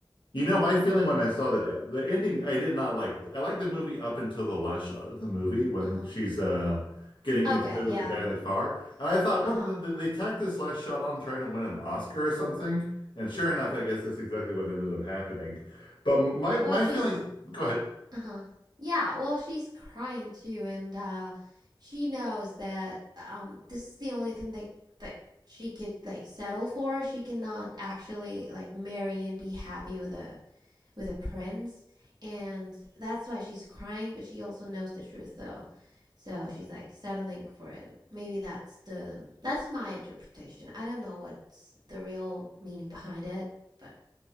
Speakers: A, on the left; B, on the right.
A: You know, my feeling when I saw that uh, the ending, I did not like. I liked the movie up until the last shot of the movie when
B: Uh
A: she's uh getting
B: huh.
A: intimate
B: Okay. Yeah.
A: with the guy in the car, and I thought,
B: Uh
A: what
B: huh.
A: did did they tack this last shot on trying to win an Oscar or something? And sure enough, I guess that's exactly what ended up happening. But my
B: <laughs>
A: my
B: well, she's
A: feeling, go ahead.
B: Uh-huh. Yeah, well, she's crying too, and uh she knows that um this is the only thing that that she could like settle for. She cannot actually like marry and be happy with a with a prince, and that's why she's crying, but she also knows the truth though. So she's like settling for it. Maybe that's the that's my interpretation. I don't know what's the real meaning behind it, but